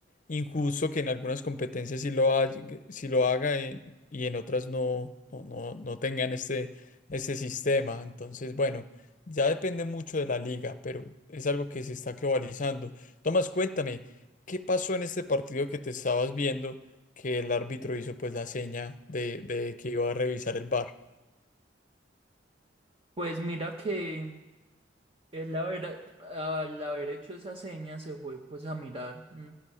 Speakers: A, on the left; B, on the right.
A: injusto que en algunas competencias sí lo, ha- sí lo haga en- y en otras no, no, no, no tengan este, este sistema. Entonces, bueno, ya depende mucho de la liga, pero es algo que se está globalizando. Tomás, cuéntame, ¿qué pasó en este partido que te estabas viendo? que el árbitro hizo pues la seña de, de que iba a revisar el bar
B: Pues mira que el haber, al haber hecho esa seña se fue pues a mirar mm,